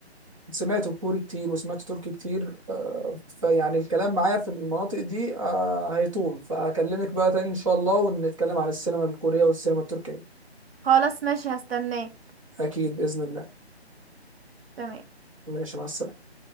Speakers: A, on the right; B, on the right.
A: سمعت كوري كتير وسمعت تركي كتير آه... فيعني الكلام معايا في المناطق دي آه... هيطول فأكلمك بقى تاني إن شاء الله ونتكلم عن السينما الكورية والسينما التركية
B: خلاص ماشي هستناك
A: أكيد بإذن الله
B: تمام
A: ماشي مع السلامة